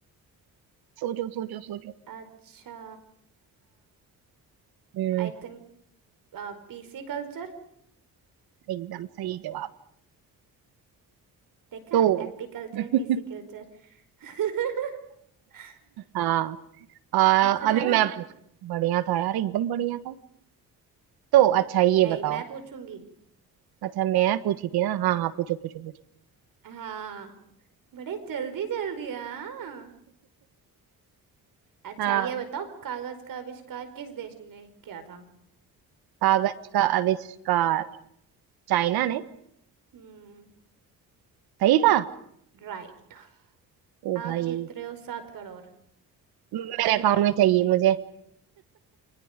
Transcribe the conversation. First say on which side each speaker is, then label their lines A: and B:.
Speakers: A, on the right; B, on the right.
A: सोचो सोचो सोचो
B: अच्छा
A: हम्म
B: I think PC culture
A: एकदम सही जवाब
B: देखा
A: तो
B: AP culture
A: <laughs>
B: and PC culture <laughs>
A: हाँ आ,
B: अच्छा
A: अभी
B: था ना
A: मैं पूछ बढ़िया था यार एकदम बढ़िया था तो अच्छा ये
B: नहीं
A: बताओ
B: मैं पूछूंगी
A: अच्छा मैं पूछी थी ना हाँ हाँ पूछो पूछो पूछो
B: हाँ बड़े जल्दी जल्दी हाँ अच्छा
A: हाँ
B: ये बताओ कागज का आविष्कार किस देश ने किया था
A: कागज का आविष्कार चाइना ने
B: हम्म
A: सही था
B: राइट
A: ओ
B: आप
A: भाई
B: जीत रहे हो सात करोड़
A: मेरे अकाउंट में चाहिए मुझे